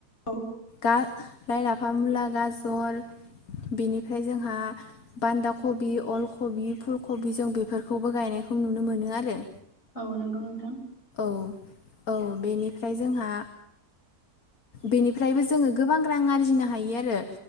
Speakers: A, on the left (about 45°); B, on the left (about 65°).
A: औ।
B: ला-लाइ, लाफा, मुला, गाजर बेनिफ्राय जोंहा बान्दा कबि, अल कबि, फुलकबि जों बेफोरखौबो गायनाय जों नुनो मोनो आरो।
A: औ नंगौ नोंथां।
B: औ औ बेनिफ्राय जोंहा बेनिफ्रायबो जोङो गोबां रां आरजिनो हायो आरो।